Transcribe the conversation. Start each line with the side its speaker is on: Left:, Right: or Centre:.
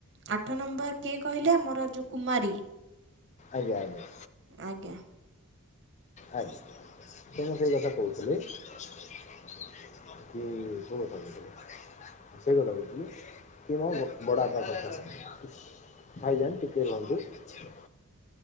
Right: ଆଠ ନମ୍ବର କିଏ କହିଲେ ଆମର ଯୋଉ କୁମାରୀ।
Left: ଆଜ୍ଞା ଆଜ୍ଞା।
Right: ଆଜ୍ଞା।
Left: ଆଜ୍ଞା ତ ମୁଁ ସେଇ କଥା କୋହୁଥିଲି। ହୁଁ କୋଉ କଥା କୋହୁଥୁଲେ? ଆ ସେଇ କଥା କୋହୁଥୁଲି କି ମୋ ବ ବଡ଼ାପା କଥା ଭାଇ ଜାଣିଚୁ <unintelligible>